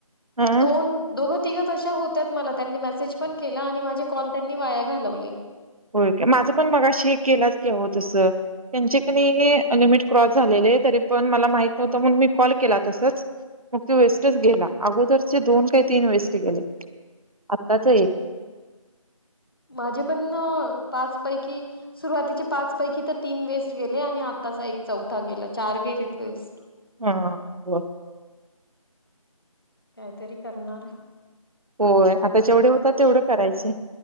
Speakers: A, on the right; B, on the left.
A: हा
B: दोन दोघ तिथं तश्या होत्यात ‌‌मला त्यांनी मेसेज पण केला आणि माझे कॉल त्यांनी वाया घालवले
A: होेय काय माझं पण मगाशी गेलाच की हो. तसं त्यांचे कणी अं लिमिट क्रॉस झालेले तरी पण मला माहित नव्हतं म्हणून मी कॉल केला. तसच मग त वेस्टच गेला. अगोदरचे दोन काही तीन वेस्ट गेले. आत्ताच एक.
B: माझे न पाच पैकी सुरुवातीचे पाच पैकी तर तीन वेस्ट गेले आणि आताचा एक चौथा गेला चार गेलेत वेस्ट
A: हा हो
B: कायतरी करणार
A: होय आता जेवढे होतात तेवढे करायचे.